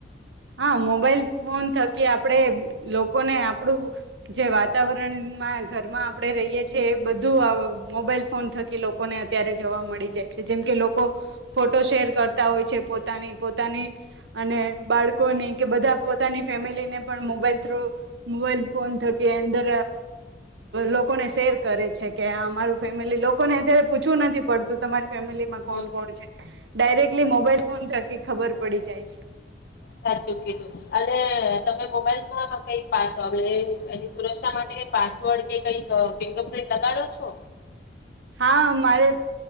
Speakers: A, on the right; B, on the left.
A: હા મોબાઈલ ફોન થકી આપણેે લોકોને આપણું જે વાતાવરણમાં ઘરમાં આપણે રહીએ છીએ એ બધું મોબાઈલ ફોન થકી લોકોને અત્યારે જોવા મળી જાય છે જેમ કે લોકો ફોટો શેર કરતા હોય છે પોતાની પોતાની અને બાળકો લોકોની કે બધા પોતાની ફેમિલીને પણ મોબાઈલ થ્રુ મોબાઈલ ફોન થકી અંદર લોકોને શેર કરે છે કે અમારું ફેમિલી લોકોને અત્યારે પૂછવું નથી પડતું તમારે કો
B: હમ
A: કોણ છે ડાયરેક્ટલી મોબાઈલ ફોન થકી ખબર બડી જાય છે
B: સાચું કીધું અને તમે મોબાઈલમાં કઈક પાસ એની સુરક્ષા માટે કઈ પાસવર્ડ કે કઈક ફિંગર પ્રિન્ટ લગાડો છો
A: હા મારે